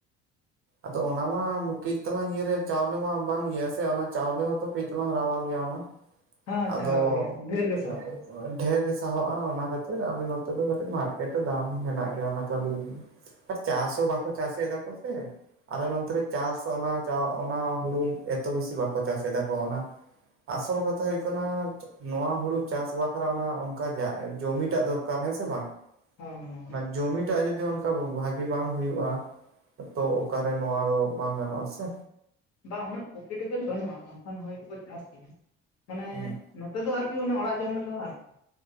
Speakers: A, on the right; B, on the left.
A: ᱟᱫᱚ ᱚᱱᱟ ᱢᱟᱼᱼ ᱠᱟᱹᱡ ᱛᱮᱞᱟᱝ ᱤᱭᱟᱹ ᱨᱮ ᱪᱟᱣᱞᱮ ᱢᱟ ᱵᱟᱝ ᱤᱭᱟᱹᱜ-ᱟ ᱥᱮ ᱚᱱᱟ ᱪᱟᱣᱞᱮ ᱦᱚᱸ ᱛᱚ ᱠᱟᱹᱡ ᱛᱮᱞᱟᱝ ᱨᱟᱣᱟᱞ ᱜᱮᱭᱟ ᱚᱱᱟ᱾ ᱟᱫᱚ
B: ᱟᱪᱪᱷᱟ ᱨᱟᱣᱟᱞ ᱜᱮᱭᱟ ᱰᱷᱮᱨ ᱜᱮ
A: <inaudible>
B: ᱥᱟᱦᱚᱵᱼᱟ
A: ᱰᱷᱮᱨ ᱜᱮ ᱥᱟᱦᱚᱵᱼᱟ ᱚᱱᱟ ᱠᱷᱟᱹᱛᱤᱨ ᱟᱞᱮ ᱱᱚᱛᱮ ᱫᱚ ᱠᱟᱹᱴᱤᱡ ᱢᱟᱨᱠᱮᱴ ᱨᱮ ᱫᱟᱢ ᱢᱮᱱᱟᱜ ᱜᱮᱭᱟ ᱚᱱᱟ ᱪᱟᱣᱞᱮ ᱨᱮᱱᱟᱜ᱾ ᱟᱨ ᱪᱟᱥ ᱦᱚᱸ ᱵᱟᱠᱚ ᱪᱟᱥ ᱮᱫ ᱨᱮᱸᱦᱚ ᱥᱮ᱾ ᱟᱞᱮ ᱱᱚᱛᱮ ᱨᱮ ᱪᱟᱥ ᱚᱱᱟ ᱪᱟ ᱚᱱᱟ ᱦᱩᱲᱩ ᱮᱛᱚ ᱵᱮᱥᱤ ᱵᱟᱠᱚ ᱪᱟᱥ ᱮᱫᱟ ᱠᱚ ᱚᱱᱟ᱾ ᱟᱥᱚᱞ ᱠᱟᱛᱼᱼ ᱠᱟᱛᱷᱟ ᱦᱩᱭᱩᱜ ᱠᱟᱱᱟ ᱱᱚᱣᱟ ᱦᱩᱲᱩ ᱪᱟᱥ ᱵᱟᱠᱷᱨᱟ ᱚᱱᱟ ᱚᱱᱠᱟ ᱡᱟᱜ ᱡᱚᱢᱤᱴᱟᱜ ᱫᱚᱨᱠᱟᱨ ᱦᱮᱸ ᱥᱮ ᱵᱟᱝ?
B: ᱦᱚᱸ ᱦᱚᱸ᱾
A: ᱚᱱᱟ ᱡᱚᱢᱤᱴᱟᱜ ᱡᱩᱫᱤ ᱚᱱᱠᱟ ᱵᱷᱟᱜᱤ ᱵᱟᱝ ᱦᱩᱭᱩᱜ-ᱟ᱾ ᱛᱚ ᱚᱠᱟᱨᱮ ᱱᱚᱣᱟ ᱫᱚ ᱵᱟᱝ ᱜᱟᱱᱚᱜ-ᱟ ᱥᱮ᱾
B: ᱵᱟ ᱩᱱᱟᱹᱜ ᱠᱚᱢᱯᱨᱤᱴᱮᱵᱮᱞ ᱵᱟᱹᱱᱩᱜ-ᱟ ᱵᱟᱝᱠᱷᱟᱱ ᱦᱚᱭᱛᱚ ᱠᱚ ᱪᱟᱥ ᱠᱮ ᱜᱮᱭᱟ᱾ ᱢᱟᱱᱮ
A: ᱦᱩᱸ
B: ᱱᱚᱛᱮ ᱫᱚ ᱟᱨᱠᱤ ᱚᱱᱮ ᱚᱲᱟᱜ ᱡᱚᱢ ᱞᱮᱠᱟ‌ ᱟᱨᱼᱼ